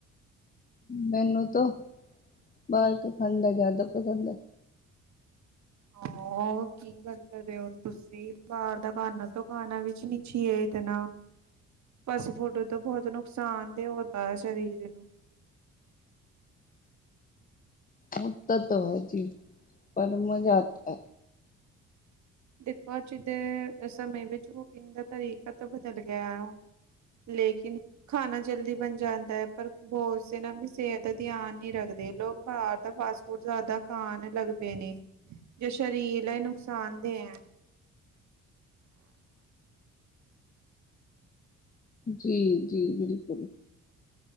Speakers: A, on the left (about 30°); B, on the right (about 65°).
A: ਮੈਨੂੰ ਤੋ ਬਾਹਰ ਕਾ ਖਾਣਾ ਜ਼ਿਆਦਾ ਪਸੰਦ ਐ।
B: ਆਹ ਕੀ ਗੱਲ ਕਰ ਰਹੇ ਓ ਤੁਸੀਂ ਬਾਹਰ ਦਾ ਖਾਨਾ ਤੋਂ ਖਾਣਾ ਵੀ ਨਈ ਚਾਈਏ ਇਤਨਾ। ਫਾਸਟ ਫੂਡ ਤੋਂ ਬਹੁਤ ਨੁਕਸਾਨ ਤੇ ਹੋਂਤਾ ਹੈ ਸਰੀਰ ਨੂੰ।
A: ਹੋਤਾ ਤੋ ਹੈ ਜੀ ਪਰ ਮਜ਼ਾ ਆਤਾ ਐ।
B: ਦੇਖੋ ਅੱਜ ਦੇ ਸਮੇ ਵਿੱਚ ਕੁਕਿੰਗ ਦਾ ਤਰੀਕਾ ਤਾਂ ਬਦਲ ਗਿਆ ਹੈ ਲੇਕਿਨ ਖਾਣਾ ਜਲਦੀ ਬਣ ਜਾਂਦਾ ਐ ਪਰ ਬਹੁਤ ਸੇ ਨਾ ਸਿਹਤ ਦਾ ਧਿਆਨ ਨਹੀਂ ਰੱਖਦੇ ਲੋਕ ਬਾਹਰ ਦਾ ਫਾਸਟ ਹੋਰ ਜ਼ਿਆਦਾ ਖਾਣ ਲੱਗ ਪਏ ਨੇ ਜੋ ਸਰੀਰ ਲਈ ਨੁਕਸਾਨਦੇ ਹੈ।
A: ਜੀ ਜੀ ਬਿਲਕੁਲ।